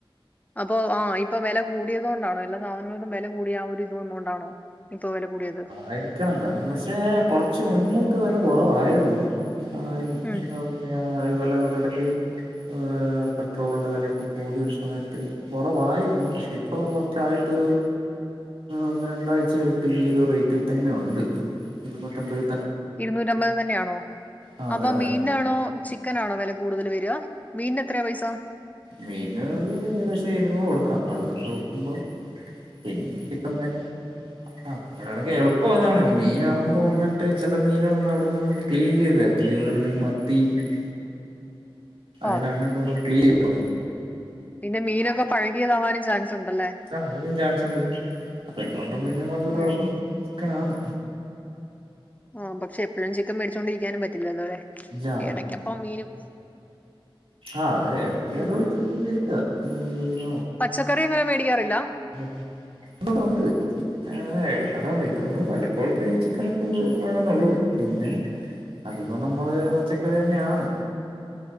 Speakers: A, on the left (about 15°); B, on the right (about 85°).
A: അപ്പൊ ആഹ് ഇപ്പൊ വില കൂടിയത് കൊണ്ടാണോ എല്ല സാധനങ്ങൾക്കും വില കൂടിയ ആ ഒരിത് വന്നുകൊണ്ടാണോ ഇപ്പൊ വില കൂടിയത്.
B: ആയിരിക്കണം കാരണം പക്ഷെ കൊറച്ച് മുന്നേക്ക വില കുറവായിരുന്നു ആരും
A: ഉം
B: എന്താ. പറയാ ഈ വില ഇവിടെ ഇടക്ക്. ഏഹ് പെട്രോളിന്റെ വിലയൊക്കെ കൂടിയ ഒരു സമയത്ത് കുറവായിരുന്നു പക്ഷെ. ഇപ്പൊ കുറച്ചായിട്ടൊരു ഒന്ന് രണ്ടാഴ്ച ആയിട്ട് ഈ ഒരു റേറ്റി തന്നെ ഉണ്ട് ഇരുനുറ്റി അമ്പതി.
A: ഇരുന്നൂറ്റമ്പത് തന്നെയാണോ
B: ആഹ്
A: അപ്പൊ
B: അതെ അതെ
A: മീനാണോ
B: അതെ
A: ചി <inaudible> ചിക്കനാണോ വില കൂടുതൽ വരാ മീന് എത്രയാ പൈസ.
B: മീന് ഒരു ഏകദേശം എഴുന്നൂറ് കൊടുക്കണം അപ്പൊ അത് വെച്ച് നോക്കുമ്പോ പിന്നെ ചിക്കൻ <unintelligible> ഒരു കണക്കിന് എളപ്പം അതാണ് ഈ മീനാകുമ്പോൾ വന്നിട്ട് ചില മീനുകളൊന്നു അവിടുന്ന് നമുക്ക്‌ ക്ലീൻ ചെയത് തരത്തില്ല ഇവർടെ ഈ മ ത്തി <unintelligible> അതില്
A: ആഹ്
B: അങ്ങനാത്തുള്ള ക്ലീ ഇല്ലോ
A: പിന്നെ മീനൊക്കെ പഴകിയതാവാനും ചാൻസ് ഉണ്ടല്ലേ
B: ആഹ് അതിനും ചാൻസ് ഉണ്ട് അപ്പൊ എന്ത് കൊണ്ടും പിന്നെ കുറച്ചൂടി
A: ഉം
B: എളുപ്പം ചിക്കനാണ്
A: ആഹ് പക്ഷെ എപ്പോഴും ചിക്കൻ മേടിച്ചോണ്ടിരിക്കാനും പറ്റില്ലല്ലോ അല്ലേ
B: ഇല്ല
A: ഇടക്കപ്പ മീനും.
B: ആഹ് അതെ ഇടക്ക്
A: ഉം
B: വേറെ ഒരു ചേഞ്ച്‌ വേടിക്കാം മീന.
A: പച്ചക്കറി അങ്ങനെ മേടിക്കാറില്ല.
B: <unintelligible> <inaudible> ഇന്നൂടെ ഉണ്ട് ഏഹ് അതാണ് ഇത് നമ്മൾ വല്ലപ്പോഴക്കെ ചിക്കനൊക്ക വാങ്ങുന്നുള്ളൂ. പിന്നെ അധികം നമ്മൾ പച്ചക്കറി തന്നെയാണ്.